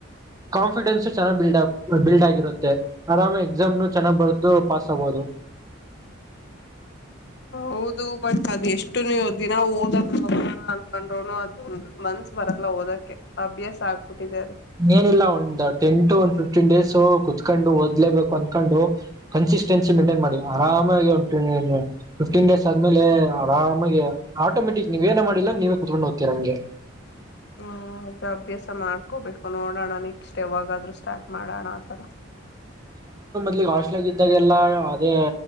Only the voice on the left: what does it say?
ಹೌದು, ಬಟ್ ಅದ ಎಷ್ಟು ನೀವು ದಿನ ಓದ ಹೋಗೋಣ ಅನ್ಕೊಂಡ್ರೋನು ಅದು ಮನ್ಸ್ ಬರಲ್ಲ ಓದಕ್ಕೆ ಅಭ್ಯಾಸ ಆಗ್ಬಿಟ್ಟಿದೆ. ಅ
ಹ್ಮ್, ಅದು ಅಭ್ಯಾಸ ಮಾಡ್ಕೋಬೇಕು. ನೋಡೋಣ ನಿಕ್ಸ್ಟ್ ಯಾವಾಗಾದ್ರೂ ಸ್ಟಾರ್ಟ್, - ಮಾಡೋಣ. ಆ ತರ